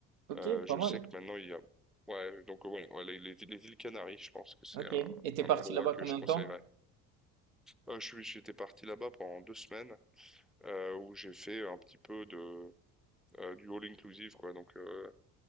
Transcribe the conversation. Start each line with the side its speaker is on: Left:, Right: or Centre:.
Right: Ok,
Centre: Euh,
Right: pas
Centre: je
Right: mal.
Centre: sais que maintenant il y a, ouais, donc ouais, ouais, les, les- les îles Canaries, je pense que c'est
Right: Ok.
Centre: un,
Right: Et t'es
Centre: un
Right: parti
Centre: endroit
Right: là-bas
Centre: que
Right: combien
Centre: je conseillerais.
Right: de temps?
Centre: Euh, je suis, j'étais parti là-bas pendant deux semaines euh, où j'ai fait un petit peu de euh, du all inclusive quoi. Donc euh,